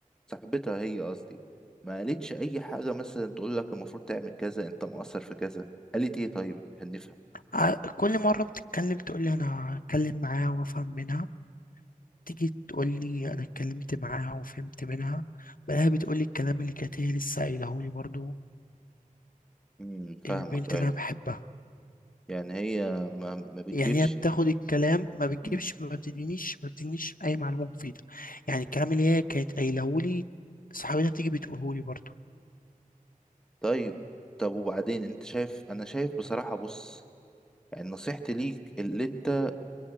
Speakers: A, in the centre; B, on the left.
A: صاحبتها هي قصدي ما قالتش اي حاجة مثلا تقول لك المفروض تعمل كذا انت مقصر في كذا قالت ايه طيب عشان نفهم
B: ع- كل مرة بتتكلم تقول لي أنا أتكلم معاها وأفهم منها تيجي تقول لي أنا اتكلمت معاها وفهمت منها بلاقيها بتقول لي الكلام اللي كانت هي لسه قايلهولي برضو
A: امم فاهمك
B: البنت
A: ايوه
B: اللي أنا بحبها
A: يعني هي ما, ما بتجيبش
B: يعني هي بتاخد الكلام ما بتجيبش
A: امم
B: ما بتدينيش ما بتدينيش أي معلومة مفيدة يعني الكلام اللي هي كانت قايلهولي صاحبتها تيجي بتقولهولي برضو
A: طيب طب وبعدين انت شايف انا شايف بصراحة بص يعني نصيحتي ليك اللي انت